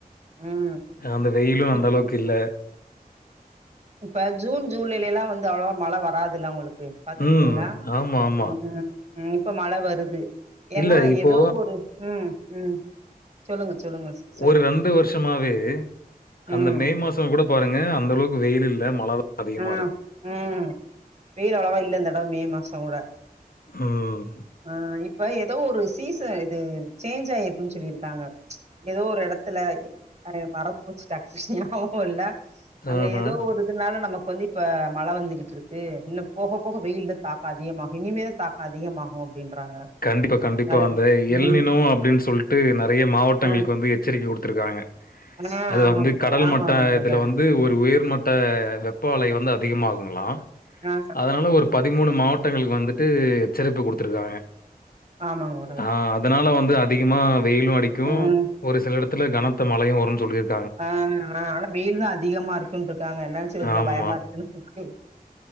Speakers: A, on the right; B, on the left.
A: ம்
B: அந்த வெயிலு அந்தளவுக்கு
A: இப்
B: இல்ல
A: இப்ப ஜூன் ஜூலைல எல்லா வந்து அவ்ளவா மழ வராதுல்ல உங்களுக்கு பாத்திருக்கீங்ளா
B: ம். ஆமா, ஆமா.
A: ம் ம் இப்ப மழ வருது ஏன்னா
B: இல்ல இப்போ
A: ஏதோ ஒரு ம் ம் சொல்லுங்க சொல்லுங்க செ
B: ஒரு ரெண்டு வருஷமாவே அந்த
A: ம்.
B: மே மாச சோ கூட பாருங்க அந்த அளவுக்கு வெயில் இல்ல மழ தா அதிகமா
A: ஆ,
B: இருக்கு
A: ம் வெயில் அவ்வளவா இல்ல இந் தடாவ மே மாசோ கூட
B: ம்.
A: ஆ இப் இப்ப ஏதோ ஒரு சீசன் இது சேஞ்ச் ஆயிருக்குன்னு சொல்லிருக்காங்க ஏதோ ஒரு எடத்துல அ எனக் மறந்து போச்சி டாக்குனு ஞாபகோ இல்ல அங்க
B: ஆஹ.
A: எது இருக்கருதுனால நமக்கு வந்து இப்ப மழ வந்துகிட்டு இருக்கு இன்னு போக போக வெயில் தாக்கோ அதிகமாகு இனிமே தாக் அதிகமாகு அப்டின்றாங்க
B: கண்டிப்பா கண்டிப்பா
A: அது
B: அந்த எல்நினு
A: ம்
B: அப்டின் சொல்லிட்டு நெறைய மாவட்டங்களுக்கு
A: ஆ
B: வந்து எச்சரிக்க குடுத்துருக்காங்க
A: ஆ
B: அது
A: ஆமாங்க
B: வந்து
A: சார்
B: கடல்
A: ஆமாங்க
B: மட்ட
A: பிரதர்
B: இதுல வந்து ஒரு உயர்மட்ட ட்ட வெப்ப அலை வந்து அதிகமாகுங்லி
A: ஆ
B: அதனால ஒரு பதிமூணு மாவட்டங்களுக்கு வந்துட்டு எச்சரிப்பு குடுத்துருக்காங்க
A: ஆமாங்கோ
B: ஆ அதனால வந்து அதிகமா வெயிலு அடிக்கு
A: ம்
B: ஒரு சில எடத்துல கனத்த மழையு வருன்னு சொல்லிருக்
A: ஆமா ஆனா வெயில் தா அதிகமா இருக்குன் இருக்காங்க என்ன செய்றதுன்னு
B: ஆமா.
A: தொர்ல பயமா இருக்குன்னு